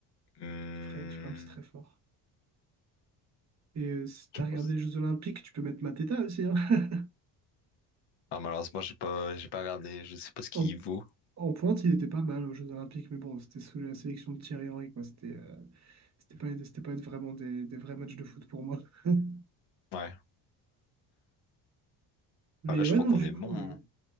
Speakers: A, on the left (about 55°); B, on the right (about 35°).
A: Hum,
B: Kefren Thuram, c'est très fort. Et euh, si t'as
A: Je
B: regardé
A: pense.
B: les Jeux Olympiques, tu peux mettre Mateta aussi, hein. <laughs>
A: Ah, malheureusement, j'ai pas, j'ai pas regardé, je sais pas ce qu'il
B: En,
A: vaut.
B: en pointe, il était pas mal aux Jeux Olympiques, mais bon, c'était sous la sélection de Thierry Henry, quoi. C'était... euh, C'était pas, c'était pas vraiment des, des vrais matchs de foot pour moi. <laughs>
A: Ouais.
B: Mais
A: Bah, là, je
B: ouais,
A: crois
B: non,
A: qu'on
B: du
A: est
B: coup,
A: bon. Hein.
B: euh,